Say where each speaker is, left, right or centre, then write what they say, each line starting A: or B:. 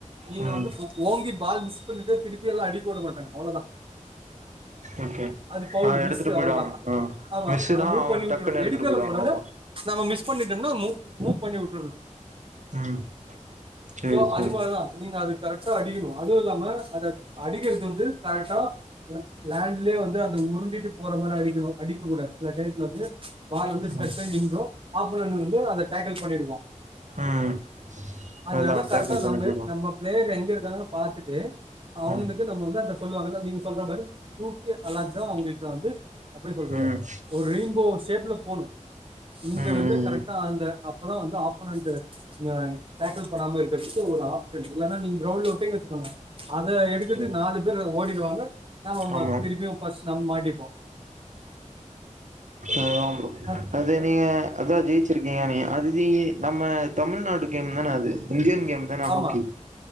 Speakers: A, on the right (about 40°); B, on the right (about 65°).
A: நீங்க
B: ம்
A: வந்து ஒ ஓங்கி பால் மிஸ் பண்ணிட்டு திருப்பில்லா அடிக்க உட மாட்டாக அவல தா
B: ஓகே
A: அது பவுல்
B: ஆ எடுத்துட்டு
A: மிஸ்ஸு
B: போயிடுவாங்க
A: அவள தா
B: ஆ
A: ஆமா
B: மிஸ்ஸுனா
A: அத மூவ்
B: அவன்
A: பண்ணி விட்றனு
B: டக்குன்னு எடுத்துட்டு
A: எடுக்கலா
B: போயிடுவான்
A: கூடாது
B: ஆமா
A: நம்ம மிஸ் பண்ணிட்டோம்னா மூ மூ பண்ணி விட்டுணு
B: ம் சேரி
A: சோ
B: சேரி
A: அது மாதிரிதா நீங்க அதுக் கு கரெக்டா அடிக்கணு அதுவு இல்லாம அத அடிக்கிறது வந்து கரெக்டா லேண்ட்லேயே வந்து அத உருண்டிட்டு போற மாரி அடிக்கனு அடிக்கக்க கூடாது சில டயத்துல வந்து பால் வந்து ஸ்டக்காயி
B: ம்
A: நின்று ஒப்போனெண்ட்டு வந்து அத டேக்கிள் பண்ணிடுவா
B: ம்
A: அதனால
B: அதா
A: கரெக்டா
B: டேக்கிள் பண்ணி
A: நம்ம
B: போயிடுவா
A: நம்ம பிளேயர் எங்க இருக்காங்கன்னு பாத்துட்டு அவுங்களுக்கு
B: ம்
A: நம்ம வந்து அத சொல்லுவாங்கல்லா நீங்க சொல்ற மாரி தூக்கிய அழகா அவுங்களுக்கு வந்து <unintelligible> சொல்றது
B: ம்
A: ஒரு ரெயின்போ ஷேப்ல போணு இங்க
B: ம் ம்
A: இருந்து கரெக்டா அந்த அப்பதா வந்து ஆப்பனட் <unintelligible> டேக்கள் போடாம இருக்கறதுக்கு ஒரு ஆப்டென்ஷ இல்ல நீங்க கிரௌண்ட்ல உட்டிங்க வச்சுகோங்க அத எடுக்குறத்க்கு
B: ம்
A: நாலு பேர் ஓடிடுவாங்க நம்ம மா
B: ஆமா
A: திருப்பியு ஃபஸ்ட் நம்ம மாட்டிப்போ
B: செரி தா ப்ரோ
A: அஹ்,
B: அத அத நீங்க அத ஜெயிச்சிருக்கீங்க நீங்க <unintelligible> நம்ம தமிழ்நாட்டு கேம் தான அது இந்தியன் கேம் தான
A: ஆமா
B: ஹாக்கி